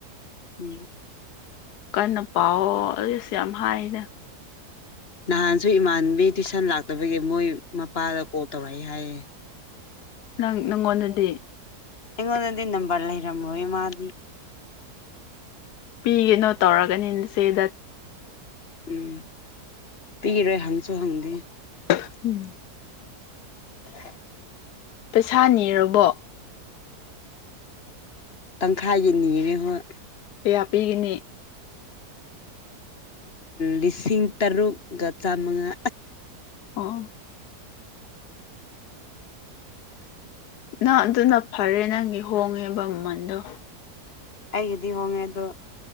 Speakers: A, on the left; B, on the left.
A: ꯎꯝ
B: ꯀꯟꯅ ꯄꯥꯎꯑꯣ ꯑꯗꯨꯑꯣꯏꯁꯨ ꯌꯥꯝ ꯍꯥꯏꯅꯦ
A: ꯅꯍꯥꯟꯁꯨ ꯏꯃꯥꯟꯕꯤ ꯇꯨꯏꯁꯟ ꯂꯥꯛꯇꯕꯒꯤ ꯃꯣꯏ ꯃꯄꯥꯗ ꯀꯣꯜ ꯇꯧꯔꯛꯏꯦ ꯍꯥꯏꯌꯦꯦ
B: ꯅꯪ ꯅꯪꯉꯣꯟꯗꯗꯤ
A: ꯑꯩꯉꯣꯟꯗꯗꯤ ꯅꯝꯕꯔ ꯂꯩꯔꯝꯂꯣꯏ ꯃꯥꯗꯤ
B: ꯄꯤꯒꯅꯣ ꯇꯧꯔꯒꯅꯤ ꯁꯤꯦꯗ
A: ꯎꯝ ꯄꯤꯔꯣꯏ ꯍꯪꯁꯨ ꯍꯪꯗꯦ
B: ꯎꯝ
A: <inaudible>
B: ꯄꯩꯁꯥ ꯅꯤꯔꯕꯣ
A: ꯇꯪꯈꯥꯏꯒꯤꯅꯤꯅꯦ ꯍꯣꯏ
B: ꯀꯌꯥ ꯄꯤꯒꯅꯤ
A: ꯂꯤꯁꯤꯡ ꯇꯔꯨꯛ ꯆꯃꯉꯥ
B: ꯑ ꯅꯪ ꯑꯗꯨꯅ ꯐꯔꯦ ꯅꯪꯒꯤ ꯍꯣꯡꯉꯦꯕ ꯃꯃꯜꯗꯣ
A: ꯑꯩꯒꯤꯗꯤ ꯍꯣꯡꯉꯦ ꯑꯗꯣ